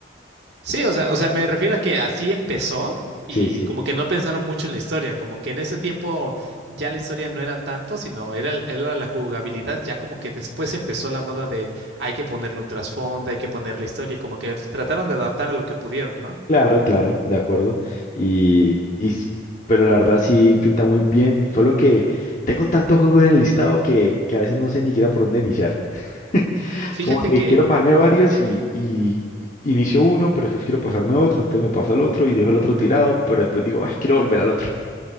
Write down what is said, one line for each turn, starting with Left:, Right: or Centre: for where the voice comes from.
Right: Sí, o sea, o sea, me refiero a que así empezó y
Left: Sí, sí.
Right: como que no pensaron mucho en la historia, como que en ese tiempo ya la historia no era tanto, sino era, el- era la jugabilidad, ya como que después empezó la moda de hay que ponerle un trasfondo, hay que poner la historia, como que trataron de adaptar a lo que pudieron, ¿no?
Left: Claro, claro, de acuerdo. Y, y s- pero la verdad sí pinta muy bien. Fue lo que tengo tantos juegos en el listado que, que a veces no sé ni siquiera por dónde iniciar. <laughs>
Right: Fíjate
Left: Como que
Right: que
Left: quiero pasarme varios y, y inicio uno, pero después quiero pasarme otro, entonces me paso al otro y dejo el otro tirado, pero después digo, ah, quiero volver al otro.